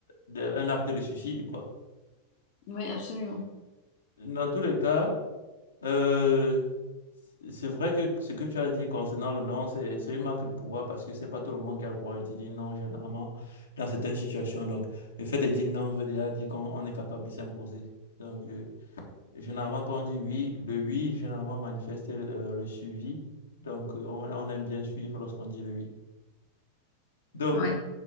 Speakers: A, on the left (about 70°); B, on the left (about 45°).
A: de- un acte de suicide, quoi.
B: Oui, absolument.
A: Dans tous les cas, euh, c'est vrai que ce que tu as dit concernant le non, c'est c'est une marque de pouvoir parce que c'est pas tout le monde qui a le courage de dire non, généralement, dans certaines situations. Donc, le fait de dire non veut déjà dire qu'on on est capable de s'imposer. Donc, euh, Généralement, quand on dit oui, le oui, généralement manifeste euh, le suivi. Donc, euh, on, on aime bien suivre lorsqu'on dit le oui. Donc,
B: Ouais.